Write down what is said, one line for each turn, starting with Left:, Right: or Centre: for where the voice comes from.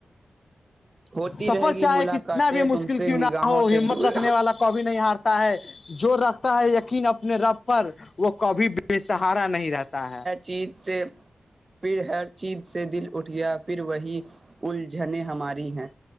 Right: ہوتی
Left: سفر
Right: رہے گی
Left: چاہے
Right: ملاقاتیں
Left: کتنا بھی مشکل
Right: تم سے
Left: کیوں
Right: نگاہوں
Left: نہ ہو
Right: سے
Left: ہمت
Right: دور
Left: رکھنے والا کبھی نہیں ہارتا ہے جو رکھتا ہے یقین اپنے رب پر وہ کبھی بھی بے سہارا نہیں رہتا ہے
Right: چیز سے پھر ہر چیز سے دل اٹھ گیا پھر وہی الجھن ہماری ہیں